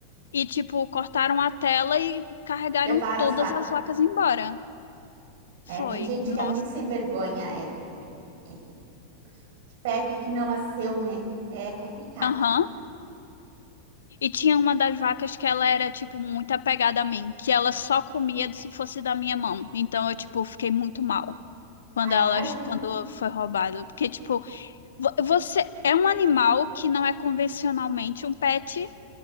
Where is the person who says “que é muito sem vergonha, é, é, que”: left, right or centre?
Right